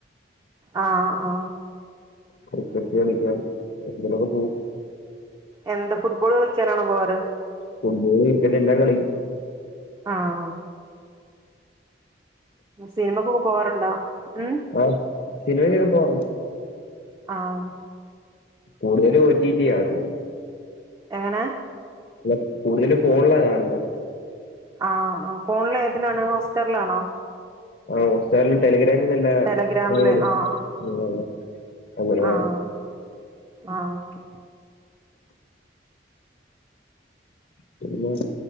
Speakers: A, on the right (about 20°); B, on the left (about 55°).
A: ആഹ് ആഹ്
B: ക്രിക്കറ്റ് കളിക്കാൻ എങ്ങോട്ടേലൊക്കെ പോം
A: എന്താ ഫുട്ബോൾ കളിക്കാനാണോ പോവാറ്
B: ഫുട്ബോള് ക്രിക്കറ്റ് എല്ലാ കളിം
A: ആഹ് സിനിമക്കൊക്കെ പോവാറുണ്ടോ ഉം
B: ആഹ് സിനിമക്കൊക്കെ പോവാറുണ്ട്
A: ആഹ്
B: കൂടുതലും ഒ ടി ടിയാ കാണുന്നെ
A: എങ്ങനാ
B: അല്ല കൂടുതലും ഫോണിലാ കാണുന്നെ
A: ആഹ് അഹ് ഫോണില് ഏതിനാണ് ഹോട്സ്റ്റാറിലാണോ
B: ഹോട്സ്റ്റാറിലും ടെലിഗ്രാമിൽ നല്ല
A: ടെലഗ്രാമില്
B: <unintelligible>
A: ആഹ്
B: അങ്ങനെ കാണും
A: ആഹ് ആഹ് ഓക്കെ
B: പിന്ന